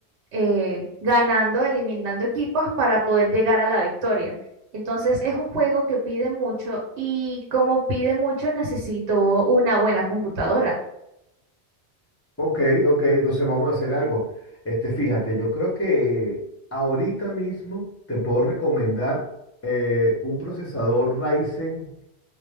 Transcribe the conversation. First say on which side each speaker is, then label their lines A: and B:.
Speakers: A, on the right; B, on the left.
A: eh, ganando, eliminando equipos para poder llegar a la victoria. Entonces es un juego que pide mucho y como pide mucho necesito una buena computadora.
B: Ok, ok, entonces vamos a hacer algo. Este, fíjate, yo creo que ahorita mismo te puedo recomendar eh, un procesador Ryzen